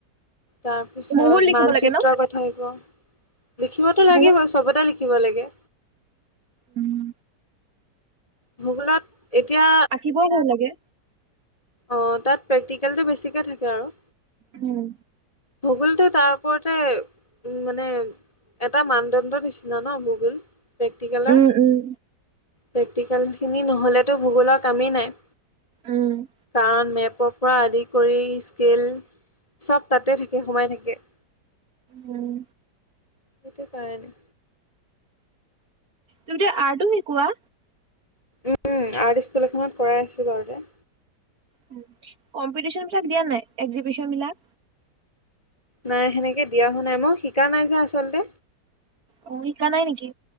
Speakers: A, on the left; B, on the right.
A: তাৰপিছত
B: বহুত লিখিব
A: মানচিত্ৰৰ
B: লাগে ন?
A: কথা আহিব। লিখিবতো লাগিবই।
B: বহুত
A: চবতে লিখিব লাগে।
B: উম।
A: ভূগোলত এতিয়া
B: কিবই ভাল লাগে?
A: অ' তাত প্ৰেক্টিকেলটো বেছিকে থাকে আৰু।
B: উম।
A: ভগোলটো তাৰ ওপৰতে উম মানে এটা মানদণ্ডৰ নিচিনা ন ভূগোল। প্ৰেক্টিকেলৰ।
B: উম, উম।
A: প্ৰেক্টিকেলখিনি নহ'লেতো ভূগোলৰ কামেই নাই।
B: উম।
A: কাৰণ মেপৰ পৰা আদি কৰি, স্কেল চব তাতে থাকে, সোমাই থাকে।
B: উম।
A: সেইটো কাৰণে।
B: তুমিটো আৰ্টো শিকোৱা?
A: উম আৰ্ট স্কুল এখনত কৰাই আছোঁ বাৰুতে।
B: উম, কম্পিটিচন বিলাক দিয়ানে নাই, এক্সিবিচন বিলাক?
A: নাই সেনেকে দিয়া হোৱা নাই, মই শিকা নাই যে আচলতে।
B: অ, শিকা নাই নেকি?